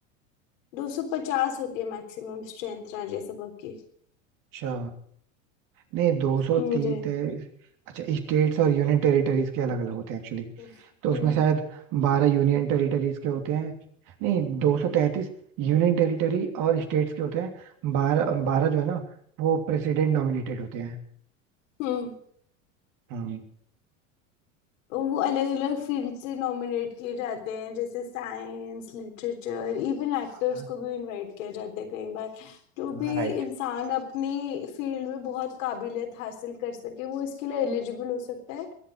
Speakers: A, on the left; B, on the right.
A: 250 होती है मैक्सिमम स्ट्रेंथ राज्यसभा की
B: अच्छा नहीं दो सौ
A: हम्म,
B: तीस
A: जी
B: अच्छा स्टेट्स और यूनियन टेरिटरीज के अलग अलग होते हैं एक्चुअली।
A: हम्म
B: तो उसमें शायद बारह यूनियन टेरिटरीज के होते हैं नहीं दो सौ तैंतीस यूनियन टेरिटरी और स्टेट्स के होते हैं बारह बारह जो है ना वो प्रेसिडेंट नॉमिनेटेड होते हैं
A: हम्म
B: हम्म
A: वो अलग अलग फील्ड से नॉमिनेट किए जाते हैं जैसे साइंस लिटरेचर इवन एक्टर्स
B: हाँ
A: को भी इनवाइट किया जाता है कई बार जो भी
B: हाँ राइट
A: इंसान अपनी फील्ड में बहुत काबिलियत हासिल कर सके वो इसके लिए एलिजिबल हो सकता है